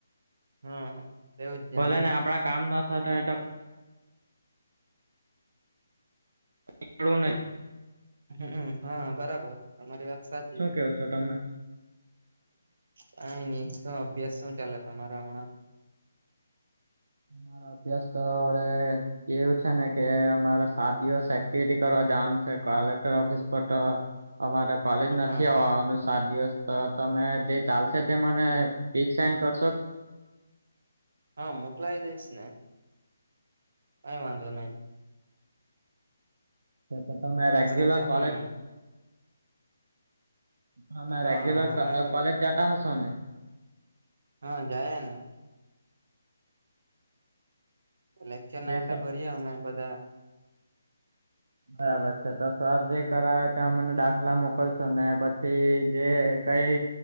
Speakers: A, on the right; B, on the right.
A: હા તેવું જ
B: ભોલે
A: જાણે
B: ને આપડા કામ ન થતા તો નીકળવું નહી
A: હમમ હા બરાબર તમારી વાત સાચી
B: સુ કયો છો તમે?
A: કઈ નહી શું અભ્યાસ શું ચાલે તમારા હમણાં
B: મારા અભ્યાસ તો હડે એવું છે ને કે અમારે સાત દિવસ એક્ટિવિટી કરવા જવાનું છે કલેક્ટર ઓફિસ પર તો અમારે કોલેજ નથી
A: હા
B: આવવાવાનું સાત દિવસ તો તમે જે ચાલશે તે મને પિક સેડ કરશો
A: હા મોકલાય દઈશ ને કઇ વાંધો નહી
B: તો તમે રેગ્યુલર
A: આપડે તો
B: કોલેજ
A: હું
B: તમે
A: હા
B: રેગ્યુલર કોલેજ જતા હસો ને.
A: હા જાય ને લેક્ચર ના
B: જે
A: આ ભરીએ અમે બધા
B: બરાબર છે તો સર જે કરાવે ત્યા મને દાખલા મોકલશો ને પછી જે કઈ